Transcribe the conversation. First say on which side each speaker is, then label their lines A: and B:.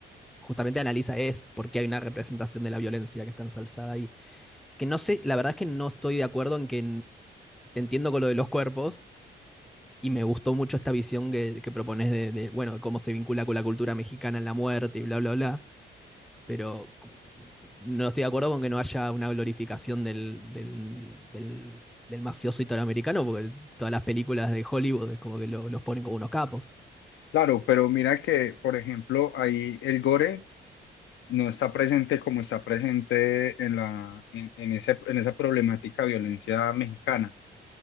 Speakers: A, in the centre; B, on the left (about 70°).
A: justamente analiza es por qué hay una representación de la violencia que está ensalzada ahí. Que no sé, la verdad es que no estoy de acuerdo en que n- te entiendo con lo de los cuerpos y me gustó mucho esta visión que, que propones de, de, bueno, cómo se vincula con la cultura mexicana en la muerte y bla, bla, bla, pero c- no estoy de acuerdo con que no haya una glorificación del, del, del, del mafioso italoamericano, porque todas las películas de Hollywood es como que lo- los ponen como unos capos.
B: Claro, pero mira que, por ejemplo, ahí el gore. no está presente como está presente en la, en, en ese, en esa problemática de violencia mexicana,